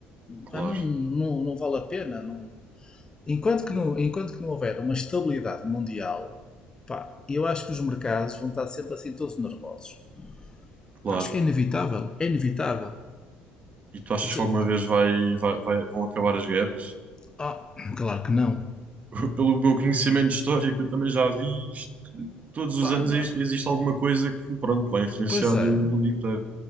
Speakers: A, on the right; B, on the left.
A: Claro,
B: pá, não, não, não vale a pena, não, Enquanto que não, enquanto que não houver uma estabilidade mundial, pá, eu acho que os mercados vão estar sempre assim todos nervosos.
A: claro.
B: Pá, acho que é inevitável, é inevitável.
A: E tu achas
B: Tu-
A: que alguma vez vai, vai- vai- vão acabar as guerras?
B: Ah, claro que não.
A: <laughs> Pelo meu conhecimento histórico, eu também já vi isto. Todos os
B: Pá,
A: anos
B: não.
A: ex- existe alguma coisa que, pronto, vai influenciar
B: Pois é.
A: o mundo inteiro.